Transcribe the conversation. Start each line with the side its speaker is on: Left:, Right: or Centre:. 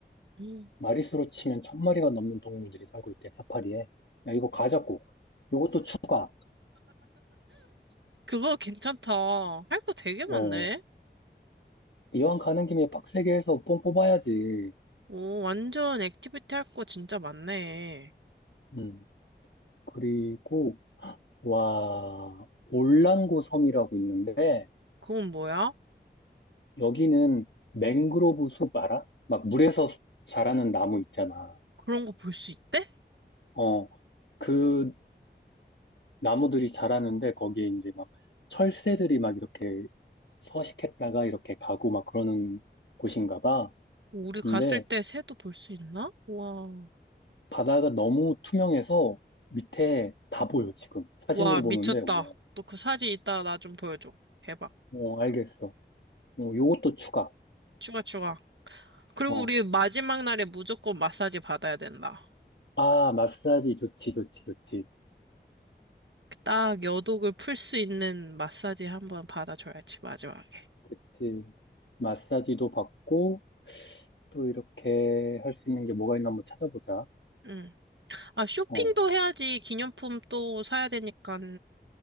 Right: 음,
Left: 마리수로 치면 천 마리가 넘는 동물들이 살고 있대, 사파리에. 야, 이거 가자, 꼭. 요것도 추가.
Right: 그거 괜찮다. 할 거 되게
Left: 어,
Right: 많네.
Left: 이왕 가는 김에 빡세게 해서 뽕 뽑아야지.
Right: 오, 완전 액티비티 할 거 진짜 많네.
Left: 음, 그리고, 와, 올랑고 섬이라고 있는데,
Right: 그건 뭐야?
Left: 여기는 맹그로브 숲 알아? 막 물에서 자라는 나무 있잖아.
Right: 그런 거 볼 수 있대?
Left: 어, 그 나무들이 자라는데, 거기에 이제 막 철새들이 막 이렇게 서식했다가 이렇게 가고 막 그러는 곳인가 봐.
Right: 우리
Left: 근데
Right: 갔을 때 새도 볼 수 있나? 와.
Left: 바다가 너무 투명해서 밑에 다 보여, 지금. 사진으로
Right: 와, 미쳤다.
Left: 보는데, 와,
Right: 너 그 사진 이따 나 좀 보여줘. 대박.
Left: 어, 알겠어. 어, 요것도 추가.
Right: 추가, 추가. 그리고
Left: 어,
Right: 우리 마지막 날에 무조건 마사지 받아야 된다.
Left: 아, 마사지 좋지, 좋지, 좋지.
Right: 딱 여독을 풀 수 있는 마사지 한번 받아줘야지, 마지막에.
Left: 그치. 마사지도 받고, 또 이렇게 할 수 있는 게 뭐가 있나 한번 찾아보자.
Right: 응. 아, 쇼핑도
Left: 어.
Right: 해야지. 기념품 또 사야 되니까.